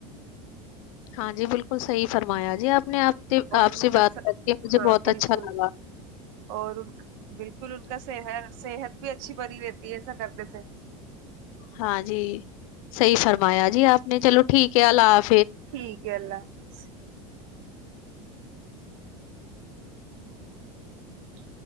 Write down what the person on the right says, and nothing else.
اور
ان
کا
س
ہاں
بالکل
اور ان کا بالکل بالکل ان کا صحت بھی اچھی بنی رہتی ہے ایسا کرنے سے
ٹھیک ہے اللہ حافظ ج